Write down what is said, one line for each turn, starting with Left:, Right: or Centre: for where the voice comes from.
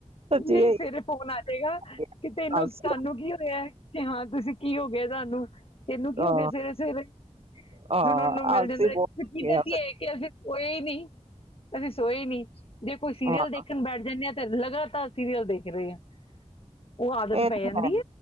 Right: ਸੱਚੀ
Left: ਨਹੀਂ
Right: ਇਹੀ
Left: ਸਵੇਰੇ ਫੋਨ ਆ ਜਾ।
Right: ਹੈ
Left: ਕਿ ਤੈਨੂੰ
Right: ਆਲਸੀ
Left: ਤੁਹਾਨੂੰ ਕੀ ਹੋਇਆ। ਤੇ ਹਾਂ ਤੁਸੀਂ ਕੀ ਹੋ ਗਿਆ ਤੁਹਾਨੂੰ ਤੈਨੂੰ
Right: ਹਾਂ
Left: ਕੀ ਹੋ ਗਿਆ ਸਵੇਰੇ ਸਵੇਰੇ ਸੁਣਨ
Right: ਹਾਂ
Left: ਨੂੰ ਮਿਲ
Right: ਆਲਸੀ
Left: ਜਾਂਦਾ
Right: ਬਹੁਤ
Left: <unintelligible> ਇਹ
Right: ਹੋ ਗਏ ਆ
Left: ਕਿ ਅਸੀਂ ਸੋਏ ਨਹੀਂ। <unintelligible> ਅਸੀ ਸੋਏ ਨੀ। ਜੇ ਕੋਈ ਸੀਰੀਅਲ
Right: ਹਾਂ
Left: ਦੇਖਣ ਬੈਠ ਜਾਣੇ ਆ। ਲਗਾਤਾਰ ਸੀਰੀਅਲ ਦੇਖ ਰਹੇ ਆ। ਉਹ ਆਦਤ
Right: ਇਹ
Left: ਪੈ
Right: ਤਾਂ
Left: ਜਾਂਦੀ
Right: ਹੈ